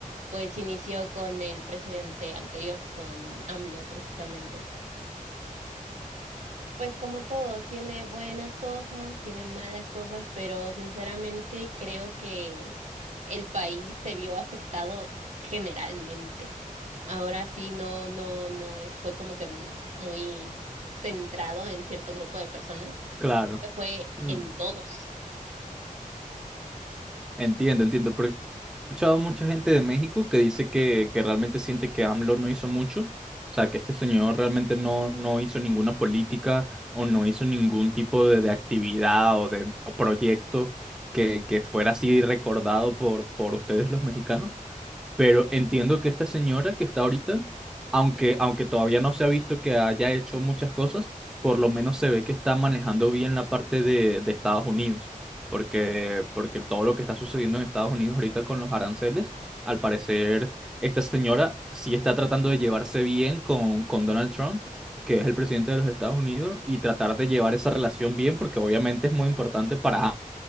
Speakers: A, on the right (about 55°); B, in the centre.
A: pues inició con el presidente anterior, con AMLO precisamente. Pues como todos, tiene buenas cosas, tiene malas cosas, pero sinceramente creo que el país se vio afectado generalmente. Ahora sí, no, no, no eh, fue como que m- muy centrado en cierto grupo de personas,
B: Claro,
A: que fue
B: Mm,
A: en todos.
B: entiendo, entiendo. Porque he escuchado mucha gente de México que dice que, que realmente siente que AMLO no hizo mucho. O sea, que este señor realmente no, no hizo ninguna política o no hizo ningún tipo de, de actividad o de o proyecto que, que fuera así recordado por, por ustedes los mexicanos. Pero entiendo que esta señora que está ahorita, aunque, aunque todavía no se ha visto que haya hecho muchas cosas, por lo menos se ve que está manejando bien la parte de, de Estados Unidos. Porque, porque todo lo que está sucediendo en Estados Unidos ahorita con los aranceles, al parecer esta señora sí está tratando de llevarse bien con, con Donald Trump, que es el presidente de los Estados Unidos, y tratar de llevar esa relación bien, porque obviamente es muy importante para...